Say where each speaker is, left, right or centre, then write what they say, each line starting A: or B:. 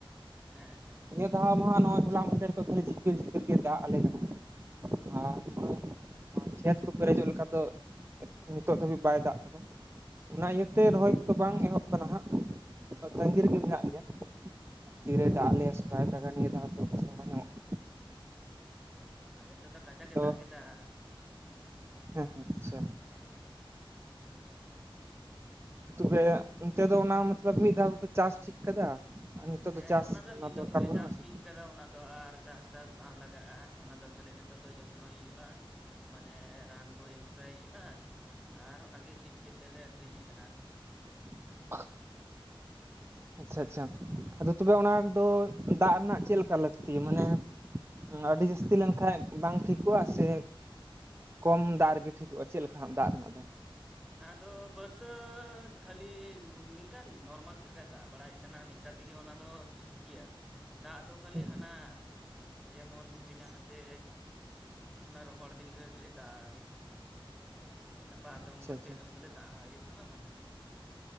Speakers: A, in the centre; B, on the right (about 25°).
A: ᱦᱮᱸ ᱦᱮᱸ
B: ᱫᱟᱦᱟ ᱢᱚᱦᱟ ᱱᱚᱜᱼᱚᱭ ᱦᱚᱞᱟ ᱢᱟᱫᱷᱮᱨ ᱠᱷᱚᱡ ᱠᱷᱟᱹᱞᱤ ᱡᱷᱤᱯᱤᱨ ᱡᱷᱤᱯᱤᱨ ᱜᱮ ᱫᱟᱜ ᱟᱞᱮ ᱠᱟᱱᱟ, ᱟᱨ ᱱᱚᱜᱼᱚᱭ ᱢᱟ ᱠᱷᱮᱛ ᱠᱚ ᱯᱮᱨᱮᱡᱚᱜ ᱚᱱᱠᱟ ᱫᱚ ᱱᱤᱛᱚᱜ ᱫᱷᱟᱹᱵᱤᱡ ᱵᱟᱭ ᱫᱟᱜ ᱟᱠᱟᱫᱟ, ᱚᱱᱟ ᱤᱭᱟᱹᱛᱮ ᱨᱚᱦᱚᱭ ᱫᱚ ᱵᱟᱝ ᱮᱦᱚᱵ ᱠᱟᱱᱟ ᱦᱟᱸᱜ ᱛᱟᱹᱜᱤ ᱨᱮᱜᱮ ᱢᱮᱱᱟᱜ ᱞᱮᱭᱟ ᱾ ᱛᱤᱨᱮ ᱫᱟᱜ ᱞᱮᱜᱼᱟ ᱥᱮ ᱵᱟᱭ ᱫᱟᱜᱟ ᱱᱤᱭᱟᱹ ᱫᱷᱟᱣ ᱫᱚ ᱵᱟᱠᱚ ᱧᱟᱢᱚᱜ ᱠᱟᱱᱟ
A: ᱟᱞᱮ ᱥᱮᱫ ᱫᱚ ᱠᱟᱡᱟᱠ ᱮ
B: ᱛᱚ
A: ᱫᱟᱜ ᱠᱮᱫᱟ ᱾
B: ᱦᱮᱸ ᱟᱪᱪᱷᱟ,
A: ᱦᱮᱸ
B: ᱛᱚᱵᱮ ᱚᱱᱛᱮ ᱫᱚ ᱚᱱᱟ ᱢᱚᱛᱞᱚᱵᱽ ᱢᱤᱫ ᱫᱷᱟᱣ ᱜᱮᱯᱮ ᱪᱟᱥ ᱴᱷᱤᱠ ᱠᱟᱫᱟ? ᱟᱨ ᱱᱤᱛᱚᱜ
A: ᱦᱮᱸ
B: ᱪᱟᱥ
A: ᱚᱱᱟ ᱫᱚ ᱢᱤᱫ
B: ᱫᱚᱨᱠᱟᱨ
A: ᱫᱚᱢ ᱜᱮᱞᱮ
B: ᱵᱟᱹᱱᱩᱜᱼᱟ
A: ᱪᱟᱥ
B: ᱥᱮ
A: ᱴᱷᱤᱠ ᱠᱮᱫᱟ ᱚᱱᱟᱫᱚ ᱟᱨ ᱪᱟᱥᱴᱟᱥ ᱵᱟᱝ ᱞᱟᱜᱟᱜᱼᱟ ᱚᱱᱟᱫᱚ ᱠᱷᱟᱹᱞᱤ ᱱᱤᱛᱚᱜ ᱫᱚ ᱡᱚᱛᱱᱚᱭ ᱦᱩᱭᱩᱜ-ᱟ, ᱢᱟᱱᱮ ᱨᱟᱱ ᱠᱚᱭ ᱮᱥᱯᱨᱮ ᱦᱩᱭᱩᱜᱼᱟ ᱟᱨ ᱚᱱᱟᱜᱮ ᱥᱤᱡ ᱠᱟᱛᱮ ᱞᱮ ᱟᱹᱠᱷᱨᱤᱧᱮᱫ ᱠᱟᱱᱟ,
B: <inaudible> ᱟᱪᱷᱟ ᱟᱪᱷᱟ ᱟᱫᱚ ᱛᱚᱵᱮ ᱚᱱᱟᱫᱚ ᱫᱟᱜ ᱨᱮᱱᱟᱜ ᱪᱮᱫ ᱞᱮᱠᱟ ᱞᱟᱹᱠᱛᱤ, ᱢᱟᱱᱮ ᱚᱱᱟ ᱟᱹᱰᱤ ᱡᱟᱹᱥᱛᱤ ᱞᱮᱱᱠᱷᱟᱡ ᱵᱟᱝ ᱴᱷᱤᱠᱚᱜᱼᱟ, ᱥᱮ ᱠᱚᱢ ᱫᱟᱜ ᱨᱮᱜᱮ ᱴᱷᱤᱠᱚᱜᱼᱟ ᱪᱮᱫ ᱞᱮᱠᱟ ᱦᱟᱸᱜ ᱫᱟᱜ ᱨᱮᱱᱟᱜ ᱫᱚ?
A: ᱚᱱᱟ ᱫᱚ ᱵᱟᱹᱨᱥᱟᱹᱫᱷ ᱠᱷᱟᱹᱞᱤ ᱱᱤᱝᱠᱟᱹᱱ ᱱᱚᱨᱢᱟᱞ ᱡᱟᱜᱟᱭ ᱫᱟᱜ ᱵᱟᱲᱟᱭᱮᱫ ᱠᱟᱱᱟ ᱱᱤᱝᱠᱟ ᱛᱮᱜᱮ ᱚᱱᱟ ᱫᱚ ᱫᱚ ᱴᱷᱤᱠ ᱜᱮᱭᱟ ᱫᱟᱜ ᱫᱚ ᱠᱷᱟᱹᱞᱤ
B: ᱦᱩᱸ
A: ᱦᱟᱱᱟ ᱡᱮᱢᱚᱱ ᱦᱩᱭᱱᱟ, ᱦᱟᱱᱛᱮ ᱚᱱᱟ ᱨᱚᱦᱚᱲ ᱫᱤᱱᱜᱮ ᱠᱷᱟᱹᱞᱤ ᱫᱟᱜ ᱦᱩᱭᱩᱜ ᱠᱟᱱᱟ ᱾ ᱵᱟᱨ ᱫᱚᱢ
B: ᱟᱪᱪᱷᱟ
A: ᱠᱷᱚᱡ
B: ᱟᱪᱪᱷᱟ
A: ᱚᱞᱮ ᱫᱟᱜ ᱦᱩᱭᱩᱜ ᱠᱟᱱᱟ ᱦᱩᱭᱱᱟ